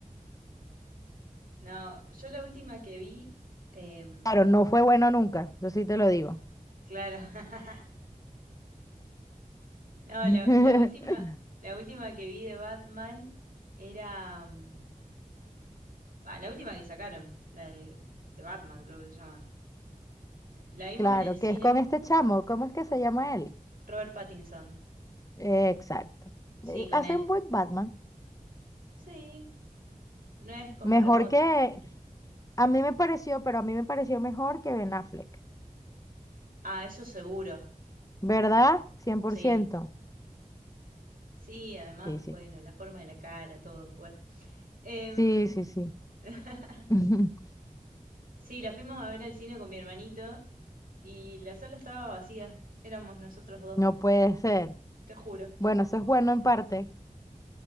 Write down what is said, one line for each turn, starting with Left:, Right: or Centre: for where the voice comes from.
Right: No, yo la última que vi, em,
Left: Claro, no fue bueno nunca, eso sí te lo digo.
Right: claro, <laughs> no,
Left: <laughs>
Right: la, la última, la última que vi de Batman era, mm, ah, la última que sacaron, la de, de Batman creo que se llama. La vimos
Left: Claro,
Right: en el cine,
Left: que es con
Right: co-
Left: este chamo, ¿cómo es que se llama él?
Right: Robert Pattinson,
Left: Eh, exacto.
Right: sí,
Left: Eh,
Right: con
Left: Hace
Right: él.
Left: un buen Batman.
Right: Sí, no es como
Left: Mejor
Right: los otros,
Left: que,
Right: pero...
Left: a mí me pareció, pero a mí me pareció mejor que Ben Affleck.
Right: Ah, eso seguro,
Left: ¿Verdad? Cien por
Right: sí,
Left: ciento.
Right: sí, además,
Left: Sí, sí.
Right: bueno, la forma de la cara, todo, bueno. Em,
Left: Sí, sí, sí.
Right: <laughs>
Left: <laughs>
Right: Sí, la fuimos a ver al cine con mi hermanito y la sala estaba vacía. Éramos nosotros dos,
Left: No puede ser.
Right: te juro.
Left: Bueno, eso es bueno en parte.